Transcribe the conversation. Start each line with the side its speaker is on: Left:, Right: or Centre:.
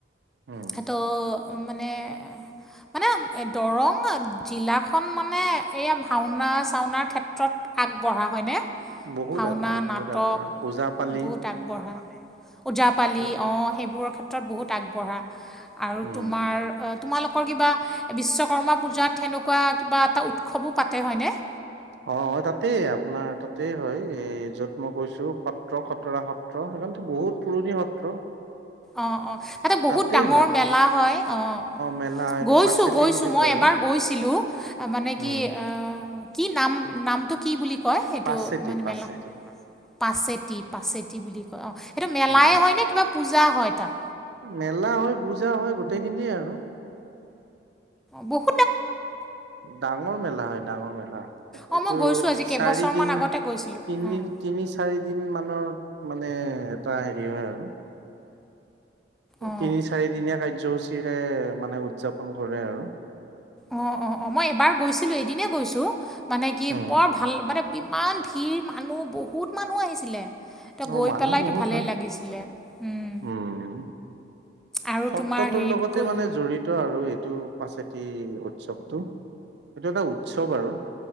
Right: উম
Centre: সেত মানে মানে দৰং জিলাখন মানে এইয়া ভাওঁনা চাওঁনাৰ ক্ষেত্ৰত আগবঢ়া হয়নে,
Right: বহুত
Centre: ভাওনা
Right: আগবঢ়া বহুত
Centre: নাটক
Right: আগবঢ়া ওজাপালি
Centre: বহুত আগবঢ়া ওজাপালি
Right: উম
Centre: অ', সেইবোৰৰ ক্ষেত্ৰত বহুত আগবঢ়া। আৰু
Right: উম
Centre: তোমাৰ, তোমালোকৰ কিবা বিশ্বকৰ্মা পূজাত সেনেকুৱা কিবা এটা উৎসৱো পাতে হয়নে?
Right: অ', অ', তাতেই আপোনাৰ তাতেই হয় এই য'ত মই কৈছো সত সত্ৰ খতৰা সত্ৰ, সেইখনতো বহুত পুৰণি সত্ৰ।
Centre: অ', অ', তাতে বহুত
Right: তাতেই
Centre: ডাঙৰ
Right: হয়
Centre: মেলা হয় অ'।
Right: মেলা হয়, এইটো
Centre: গৈছোঁ
Right: পাচেতি
Centre: গৈছোঁ
Right: বুলি
Centre: মই
Right: কয়
Centre: এবাৰ
Right: আৰু
Centre: গৈছিলোঁ, মানে
Right: উম
Centre: কি আ কি নাম নামটো কি বুলি কয় সেইটো
Right: পাচেতি
Centre: মানে
Right: পাচেতি
Centre: মেলা পাছেতি, পাছেতি বুলি কয় অ', সেইটো মেলাই
Right: উম
Centre: হয়নে কিবা পূজা হয় তাত?
Right: মেলা হয়, পূজা হয়, গোটেই খিনিয়ে আৰু।
Centre: বুক
Right: ডাঙৰ মেলা হয় ডাঙৰ মেলা,
Centre: অঁ
Right: এইটোত
Centre: মই গৈছোঁ আজি কেইবছৰমান
Right: চাৰিদিন
Centre: আগতে গৈছিলোঁ
Right: তিনদিন
Centre: অঁ
Right: তিনি চাৰিদিন মানৰত মানে এটা হেৰি হয় আৰু।
Centre: অঁ
Right: তিনি চাৰি দিনীয়া কাৰ্যসূচীৰে মানে উদযাপন কৰে আৰু।
Centre: অ', অ', অ', মই এবাৰ গৈছিলোঁ এদিনেই গৈছোঁ মানে কি
Right: উম
Centre: বৰ ভাল, মানে ইমান ভিৰ মানুহ বহুত মানুহ আহিছিলে। ত
Right: অ',
Centre: গৈ
Right: মানুহ
Centre: পেলাইতো
Right: বহুত
Centre: ভালেই
Right: হয়,
Centre: লাগিছিলে উম
Right: উম।
Centre: আৰু
Right: সত্ৰটোৰ
Centre: তোমাৰ হেৰিত
Right: লগতে
Centre: গৈ
Right: মানে জড়ি ত আৰু এইটো পাচেতি উৎসৱটো, এইটো এটা উৎসৱ আৰু।